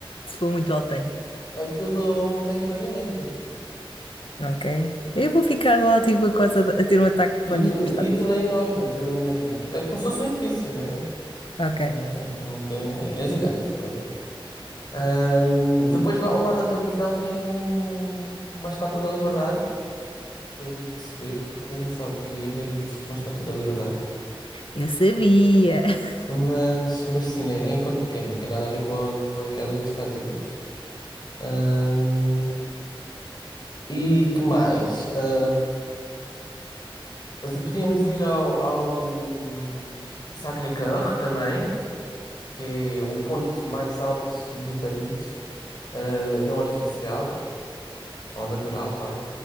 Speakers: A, on the left; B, on the left.
A: Se for muito alto, tenho.
B: Aquilo hum, tem gradeamento.
A: Ok. Eu vou ficar lá, tipo, a, coisa de- a ter um ataque
B: E
A: de pânico,
B: aquilo,
A: mas
B: e
A: está
B: aquilo
A: tudo.
B: é enorme, tu imagina, aquilo é como se fosse um edifício, não é?
A: Ok.
B: É, aquilo tem- é é gigante, pronto. Ahm, depois lá ao lado da Torre Eiffel tem um- uma estátua da Liberdade, que é giro de se ver, porque ninguém sabe que em Paris existe uma estátua da Liberdade.
A: Eu sabia. <laughs>
B: Mas, mas sim, é, é em ponto pequeno, não tem nada a ver com, a- com aquela dos Estados Unidos. Ahm, e que mais? Ah, podíamos ir ao, ao hum, Sacré-Cœur também. que é o ponto mais alto de Paris, ah, não artificial, ou natural, vá.